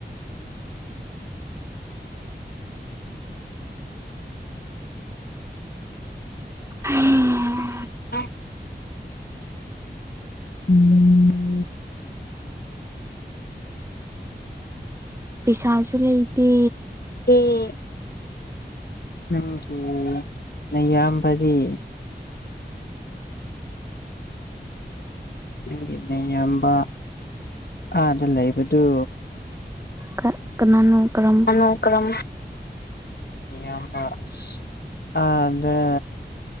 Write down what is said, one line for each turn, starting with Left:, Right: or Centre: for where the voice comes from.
Right: <unintelligible>
Left: ꯑꯥꯢ ꯎꯝ
Right: ꯄꯤꯁꯥꯁꯨ ꯂꯩꯇꯦ
Left: ꯑꯦ ꯅꯪꯒꯤ ꯅꯌꯥꯝꯕꯗꯤ ꯅꯪꯒꯤ ꯅꯌꯥꯝꯕ ꯑꯥꯗ ꯂꯩꯕꯗꯨ
Right: ꯀ ꯀꯅꯥꯅꯣ ꯀꯔꯝꯕ
Left: ꯀꯅꯥ ꯀꯔꯝ ꯅꯌꯥꯝꯕ ꯑꯁ ꯑꯥꯗ